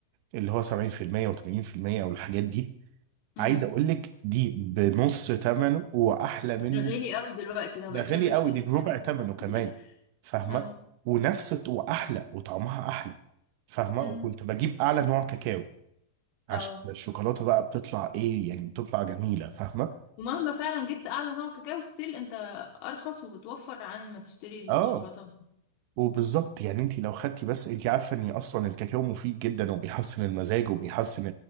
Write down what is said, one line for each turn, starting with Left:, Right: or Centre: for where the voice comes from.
Right: اللي هو 70% و80% او الحاجات دي
Left: امم
Right: عايز اقول لك دي بنص ثمنه واحلى منه
Left: ده غالي قوي دلوقتي ده
Right: ده
Left: ما بقتش
Right: غالي
Left: قادره اشتري
Right: قوي دي بربع ثمنه كمان
Left: <laughs>
Right: فاهمه
Left: اه
Right: ونفس الط- واحلى وطعمها احلى فاهمه
Left: امم
Right: وكنت بجيب اعلى نوع كاكاو عشان
Left: اه
Right: الشوكولاته بقى بتطلع ايه يعني بتطلع جميله فاهمه
Left: <laughs> ومهما فعلا جبت اعلى نوع كاكاو ستيل انت ارخص وبتوفر عن ما تشتري
Right: اه
Left: الشوكولاته
Right: وبالظبط يعني انت لو خدتي بس انت عارفه ان اصلا الكاكاو مفيد جدا وبيحسن المزاج وبيحسن